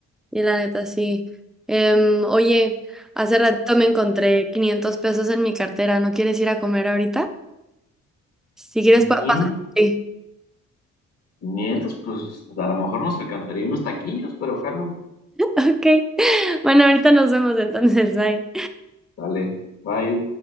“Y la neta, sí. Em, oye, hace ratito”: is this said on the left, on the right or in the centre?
Centre